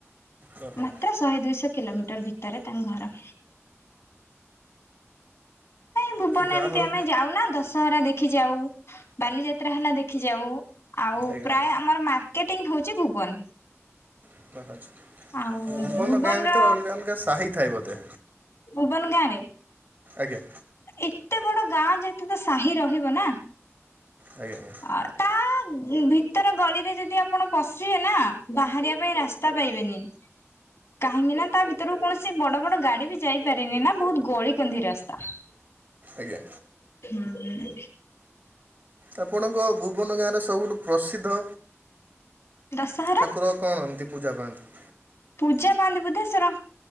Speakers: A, on the right; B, on the left.
A: ଅ, ହ।
B: ମାତ୍ର ଶହେ ଦୁଇଶହ କିଲୋମିଟର ଭିତରେ ତାଙ୍କ ଘର। ନାଇଁ ଭୁବନ
A: ଯାହା
B: ଏମିତି
A: ହଉ
B: ଆମେ ଯାଉନା ଦଶହରା ଦେଖି ଯାଉ, ବାଲିଯାତ୍ରା ହେଲା ଦେଖି ଯାଉ। ଆଉ,
A: ଆଜ୍ଞା
B: ପ୍ରାୟ ଆମର ମାର୍କେଟିଂ ହଉଛି ଭୁବନ।
A: <inaudible> ଭୁବନ
B: ଆଉ ଭୁବନର
A: ଗାଁ ଭିତରେ ଅଲଗା ଅଲଗା ସାହି ଥାଏ ବୋଧେ!
B: ଭୁବନ ଗାଁ ରେ
A: ଆଜ୍ଞା।
B: ଏତେ ବଡ ଗାଁ ଯେହେତୁ, ତ ସାହି ରହିବ ନା!
A: ଆଜ୍ଞା ଆୟାଁ।
B: ଅ, ତା ଭିତର ଗଳିରେ ଯଦି ଆପଣ ପଶିବେ ନା, ବାହାରିବା ପାଇଁ ରାସ୍ତା ପାଇବେନି। କାହିଁକି ନା, ତା ଭିତରୁ କୌଣସି ବଡ ବଡ ଗାଡି ବି ଯାଇପାରେନି ନା, ବହୁତ ଗଳି କନ୍ଦୀ ରାସ୍ତା। ହୁଁ,
A: ଆଜ୍ଞା
B: ହୁଁ।
A: ଆପଣଙ୍କ ଭୁବନ ଗାଁ ରେ ସବୁଠୁ ପ୍ରସିଦ୍ଧ
B: ଦଶହରା
A: ଠାକୁର କଣ? ସେ ପୂଜା ପାଆନ୍ତି।
B: ପୂଜା ପାଆନ୍ତି ବୁଦ୍ଧେଶ୍ଵର